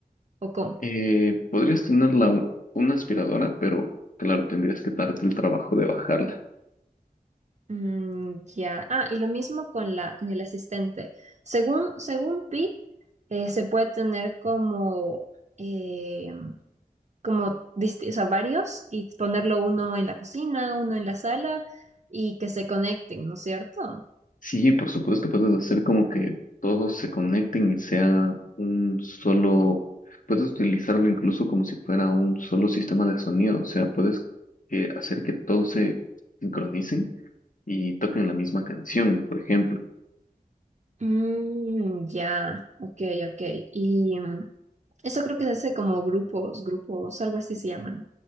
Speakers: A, on the right (about 45°); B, on the left (about 55°).
A: o cómo?
B: Eh, podrías tener la, u- una aspiradora, pero claro, tendrías que darte el trabajo de bajarla.
A: Mm, ya. Ah, y lo mismo con la, con el asistente. Según, según vi, eh, se puede tener como, eh, como disti- o sea, varios y ponerlo uno en la cocina, uno en la sala y que se conecten, ¿no es cierto?
B: Sí, por supuesto, puedes hacer como que todos se conecten y sea un solo, puedes utilizarlo incluso como si fuera un solo sistema de sonido, o sea, puedes eh, hacer que todos se sincronicen y toquen la misma canción, por ejemplo.
A: Mm, ya, ok, ok. Y mm, eso creo que se hace como grupos, grupos, algo así se llaman.